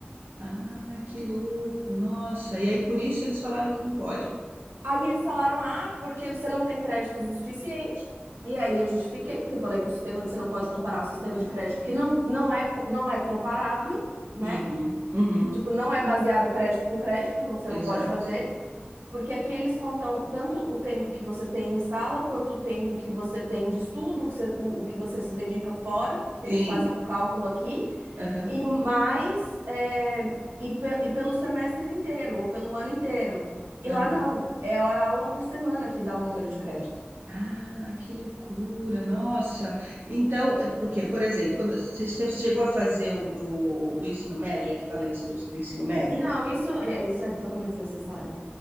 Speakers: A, on the right; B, on the right.
A: Ah, que louco, nossa. E aí por isso eles falaram que não pode.
B: Aí eles falaram: "Ah, porque você não tem créditos o suficiente". E aí eu justifiquei que eu falei que o sistema você não pode comparar um sistema de crédito que não, não é co- não é comparável, né?
A: Uhum, uhum,
B: Tipo, não é baseado crédito com crédito, não, você
A: exato.
B: não pode fazer. Porque aqui eles contam tanto o tempo que você tem em sala, quanto o tempo que você tem de estudo, o que você, o- o que você se dedica fora. Eles
A: Sim,
B: fazem um cálculo aqui,
A: aham,
B: e mais, é, e, pe- e pelo semestre inteiro, ou pelo ano inteiro. E
A: aham.
B: lá não, é hora aula por semana que dá o número de crédito.
A: Ah, que loucura, nossa. Então, é porque, por exemplo, quando você você chegou a fazer o do, do ensino médio, a equivalência do, do ensino médio?
B: Não, isso é, isso é totalmente desnecessário.